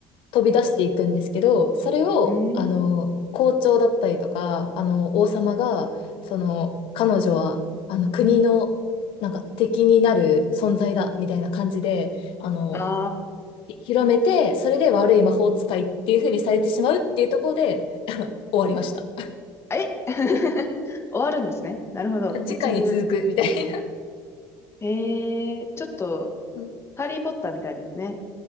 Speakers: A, on the left; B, on the left.
A: 飛び出していくんですけど、それを、
B: うんうん。うーん。
A: あの、校長だったりとか、あの、王様が、その、彼女は、あの、国の、なんか敵になる存在だ、みたいな感じで、あの、
B: あ
A: 広めて、それで悪い魔法使いっていう風にされてしまうっていうところで終わりました。
B: あ。え <laughs> 終わるんですね。なるほど。
A: <laughs> 次回に続く、
B: 一部。
A: みたいな。
B: へえ、ちょっと、
A: うん
B: ハリーポッターみたいですね。